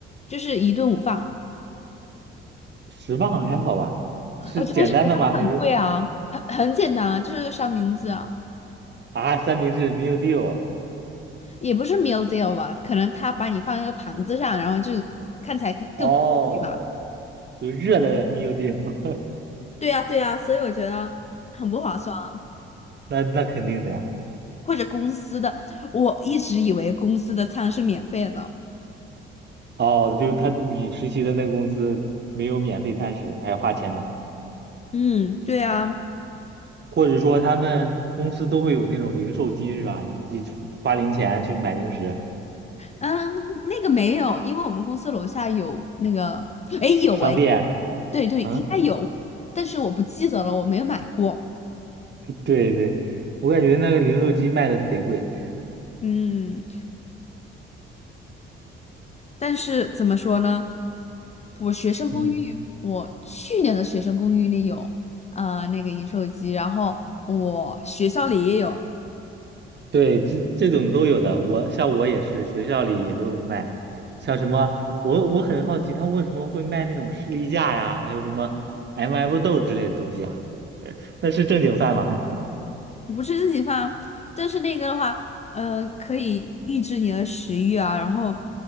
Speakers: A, on the left; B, on the right.
A: 就是一顿午饭，我
B: 十磅还好吧？是简单的吗？
A: 而且十磅很贵啊，
B: 还是
A: 啊很简单啊，就是三明治啊，
B: 啊，三明治 meal deal？
A: 也不是 meal deal 吧，可能他把你放一个盘子上，然后就看起来更更对吧？
B: 哦，就是热的没有地方，<laughs>
A: 对呀，对呀，所以我觉得很不划算啊，
B: 那那肯定的呀。
A: 或者公司的，我一直以为公司的餐是免费的。
B: 哦，就是他你实习的那个公司没有免费餐食，还要花钱买，
A: 嗯，对啊，
B: 或者说他们公司都会有那种零售机是吧？你就花零钱去买零食，
A: 嗯，那个没有，因为我们公司楼下有那个，哎，有哎，
B: 商店
A: 对对，
B: 啊，
A: 应该有，但是我不记得了，我没有买过。
B: 对对，我感觉那个零售机卖的贼贵。<laughs>
A: 嗯，但是怎么说呢？我学生公寓，
B: 嗯，
A: 我去年的学生公寓里有，呃，那个饮水机，然后我学校里也有，
B: 对，这这种都有的，我像我也是，学校里也都有卖，像什么我我很好奇他为什么会卖那种士力架呀，还有什么 M F 豆之类的东西啊。那是正经饭吗？
A: 不是自己放，但是那个的话，嗯，可以抑制你的食欲啊，然后